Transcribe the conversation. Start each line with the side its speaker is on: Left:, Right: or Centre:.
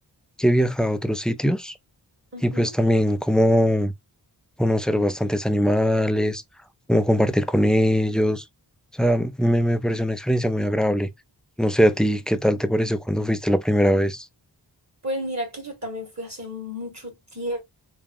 Centre: que viajaba a otros sitios
Right: ujú.
Centre: y pues también como conocer bastantes animales, como compartir con ellos. O sea, me, me pareció una experiencia muy agradable. No sé a ti, ¿qué tal te pareció cuando fuiste la primera vez?
Right: Pues mira que yo también fui hace mucho tiempo,